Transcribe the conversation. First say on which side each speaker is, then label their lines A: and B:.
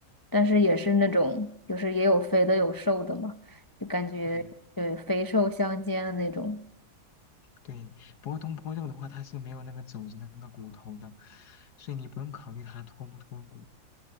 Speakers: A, on the left; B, on the left.
A: 但是也是那种，就是也有肥的有瘦的嘛，就感觉对肥瘦相间的那种。
B: 对对。不过东坡肉的话，它是没有那个肘子的那个骨头的，所以你不用考虑它脱不脱骨。